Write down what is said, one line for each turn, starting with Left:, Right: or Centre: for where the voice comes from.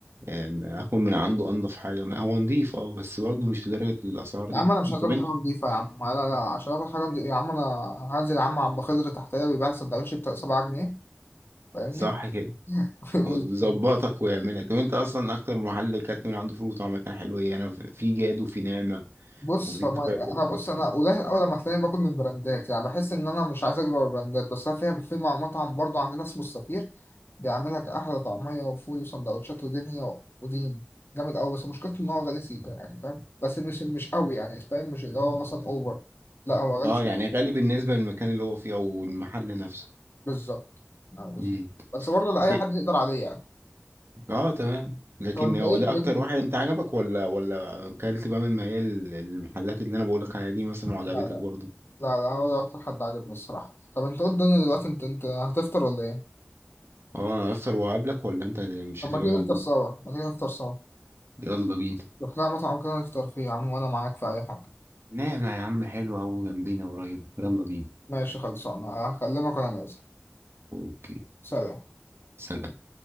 Right: آم، آكل من عنده أنضف حاجة ما هو نضيف أه بس برضه مش لدرجة الأسعار
Left: يا
Right: دي
Left: عم انا مش هضرب
Right: طب أنت-
Left: حاجه نضيفه يا عم لا لا عشان اكل حاجه نضيفة. يا عم انا هنزل يا عم عم خضر تحتيه بيبيع سندوتش ب 7 جنيه فاهمني
Right: صح كده
Left: <laughs>
Right: ويظبطك ويعملك وانت اصلا اكتر محل كانت من عنده فول وطعميه كان حلو ايه انا في جاد وفي نعمه
Left: بص
Right: وفي
Left: فما
Right: الطبيعه الدمياطي
Left: انا بص انا قليل قوي لما تلاقيني باكل من براندات يعني بحس ان انا مش عايز اجرب البراندات بس انا فيها في مع- مطعم برضو عندنا اسمه السفير بيعمل لك احلى طعميه وفول وسندوتشات ودنيا و- ودين جامد قوي بس مشكلته ان هو غالي سيكا يعني فاهم بس مش مش قوي يعني فاهم مش اللي هو مثلا اوفر لا هو غالي
Right: اه
Left: شوية
Right: يعني غالي بالنسبه للمكان اللي هو فيه او المحل نفسه
Left: بالظبط يعني بالظبط
Right: امم
Left: بس برضه لاي
Right: كت-
Left: حد يقدر عليه يعني
Right: اه تمام لكن
Left: طب انت
Right: هو
Left: ايه
Right: ده
Left: الجيم
Right: اكتر
Left: لا
Right: واحد انت عجبك ولا ولا اكلت بقى من ما هي ال- المحلات اللي انا بقولك عليها دي مثلا
Left: لا
Right: وعجبتك
Left: لا
Right: برضه
Left: لا لا، هو ده اكتر حد عجبني الصراحة طب انت قول الدنيا دلوقتي انت انت هتفطر ولا ايه؟
Right: اه افطر وأقابلك ولا انت مش
Left: طب
Right: هتبقى
Left: ما تيجي
Right: موجود
Left: نفطر سوا ما تيجي نفطر سوا
Right: يلا بينا
Left: لو لنا مطعم كده نفطر فيه يا عم وانا معاك في اي حاجة
Right: نعم يا عم حلو أوي جنبينا قريب يلا بينا
Left: ماشي خلصانة هكلمك وانا نازل
Right: اوكي
Left: سلام
Right: سلام